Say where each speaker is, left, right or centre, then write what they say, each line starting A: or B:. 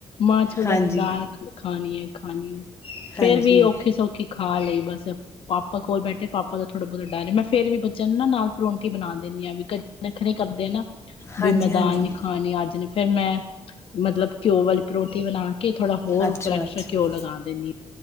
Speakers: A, on the left (about 60°); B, on the left (about 25°).
A: ਮਾਂ ਛੋਲਿਆਂ
B: ਹਾਂਜੀ
A: ਦੀ ਦਾਲ। ਖਾਣੀ ਏ, ਖਾਣੀ ਏ। ਫੇਰ
B: ਹਾਂਜੀ
A: ਵੀ ਔਖੀ-ਸੌਖੀ ਖਾ ਲਈ ਬਸ ਪਾਪਾ ਕੋਲ ਬੈਠੇ, ਪਾਪਾ ਦਾ ਥੋੜਾ ਬੋਤਾ ਡਰ ਏ। ਮੈਂ ਫੇਰ ਵੀ ਬੱਚੇ ਨੂੰ ਨਾ ਨਾਲ ਪਰੋਂਠੀ ਬਣਾ ਦੇਂਣੀ ਆਂ ਬਿਕੋਸ ਨੱਖਰੇ ਕਰਦੇ ਨਾ ਬੀ
B: ਹਾਂਜੀ
A: ਮੈਂ
B: ਹਾਂਜੀ
A: ਦਾਲ ਨੀ ਖਾ ਣੀ ਅੱਜ ਨੀ। ਫੇਰ ਮੈਂ ਮਤਲਬ ਘਿਓ ਵਾਲੀ ਪਰੋਂਠੀ ਬਣਾ ਕੇ ਥੋੜਾ ਹੋਰ
B: ਅੱਛਾ
A: ਉਪਰ ਐਕਸਟਰਾ
B: ਅੱਛਾ
A: ਘਿਓ ਲਗਾ ਦੇਂਨੀ।